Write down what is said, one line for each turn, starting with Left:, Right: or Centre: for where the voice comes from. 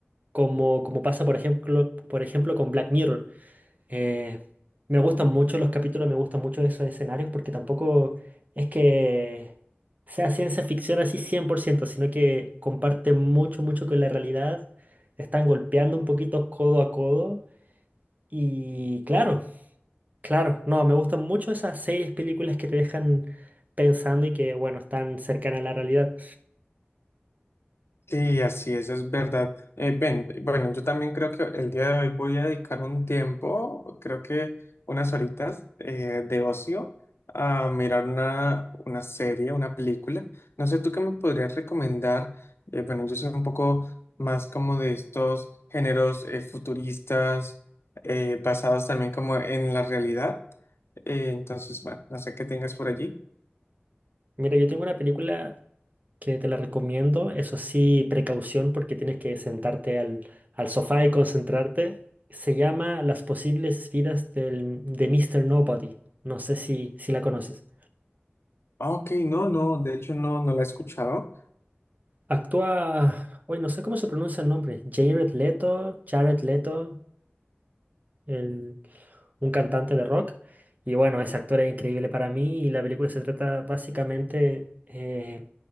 Right: como, como pasa, por ejemplo, por ejemplo, con Black Mirror. Eh, me gustan mucho los capítulos, me gustan mucho esos escenarios porque tampoco es que sea ciencia ficción así 100% sino que comparte mucho, mucho con la realidad. Están golpeando un poquito codo a codo. Y claro, claro, no, me gustan mucho esas series, películas que te dejan pensando y que, bueno, están cercanas a la realidad.
Left: Sí, así es, es verdad. Eh, ven, bueno, yo también creo que el día de hoy voy a dedicar un tiempo, creo que unas horitas eh, de ocio a mirar una, una serie, una película. No sé, ¿tú qué me podrías recomendar? Eh, bueno, yo soy un poco más como de estos géneros eh, futuristas, eh, basados también como en la realidad. Eh, entonces, bueno, no sé qué tengas por allí.
Right: Mira, yo tengo una película que te la recomiendo. Eso sí, precaución porque tienes que sentarte al, al sofá y concentrarte. Se llama Las posibles vidas del, de Mr. Nobody. No sé si, si la conoces.
Left: Ah, ok, no, no, de hecho no, no la he escuchado.
Right: Actúa, hoy no sé cómo se pronuncia el nombre. Jared Leto, Jared Leto. el- un cantante de rock. Y bueno, ese actor es increíble para mí y la película se trata básicamente... eh,